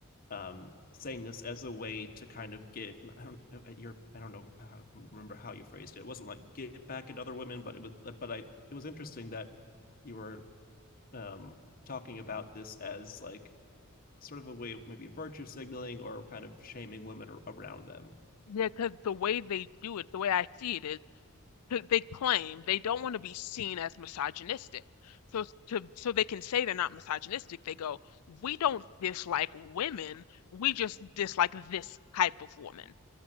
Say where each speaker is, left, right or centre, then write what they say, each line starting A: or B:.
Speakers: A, on the left; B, on the left.
A: um saying this as a way to kind of get i don't at your i don't know uh, remember how you phrased it it wasn't like get back at other women but it was uh, but i it was interesting that you were um talking about this as like sort of a way of maybe virtue signaling or kind of shaming women around them
B: Yeah, because the way they do it, the way I see it is, th- they claim they don't want to be seen as misogynistic. So s- to so they can say they're not misogynistic, they go, "We don't dislike women, we just dislike this type of woman."